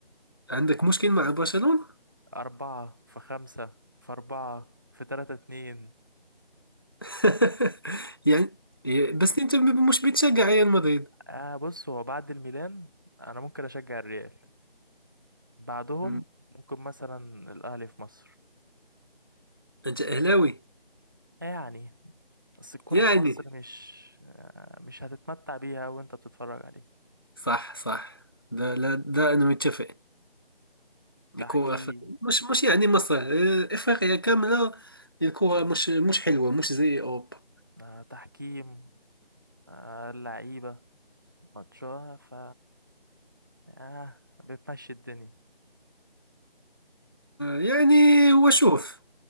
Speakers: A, on the left; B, on the right.
A: عندك مشكل مع برشلونة
B: أربعة في خمسة في أربعة في تلاتة اتنين
A: <laughs> يعني بس أنت مش بتشجع ريال مدريد
B: آه بص هو بعد الميلان انا ممكن اشجع الريال بعدهم
A: مم.
B: ممكن مثلا الاهلي في مصر
A: أنت أهلاوي
B: آه يعني بس الكرة
A: يعني
B: في مصر مش آه مش هتتمتع بيها وانت بتتفرج عليه
A: صح صح ده لا ده أنا متفق
B: تحكيم
A: الكورة ف... مش مش يعني مصر آه، إفريقيا كاملة الكورة مش مش حلوة مش زي أوروبا
B: آه تحكيم آه لعيبة ماتشوها ف اه بتمشي الدنيا
A: يعني هو شوف